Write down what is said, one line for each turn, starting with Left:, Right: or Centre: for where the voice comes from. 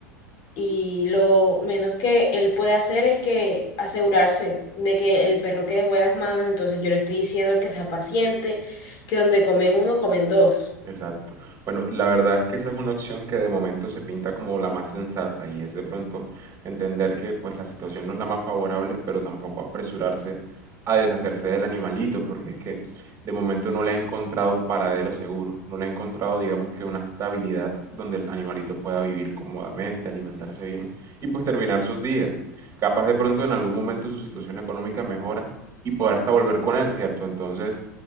Left: y lo menos que él puede hacer es que asegurarse de que el perro quede en buenas manos. Entonces yo le estoy diciendo que sea paciente, que donde comen uno, comen dos.
Right: Exacto. Bueno, la verdad es que esa es una opción que de momento se pinta como la más sensata y es de pronto entender que pues la situación no es la más favorable, pero tampoco apresurarse a deshacerse del animalito, porque es que de momento no le ha encontrado un paradero seguro, no le ha encontrado digamos que una estabilidad donde el animalito pueda vivir cómodamente, alimentarse bien y pues terminar sus días. Capaz de pronto en algún momento su situación económica mejora y podrá hasta volver con él, ¿cierto? Entonces,